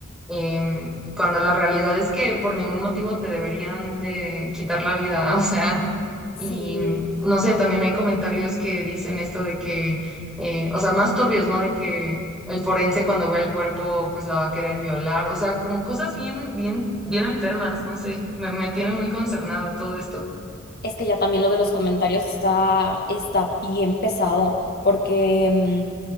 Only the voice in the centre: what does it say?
em, cuando la realidad es que por ningún motivo te deberían de quitar la vida, <laughs> o sea,
y no sé, también hay comentarios que dicen esto de que, eh, o sea, más turbios, ¿no? De que el forense cuando vea el cuerpo, pues la va a querer violar. O sea, como cosas bien, bien, bien enfermas, no sé. Me, me tiene muy concernada todo esto.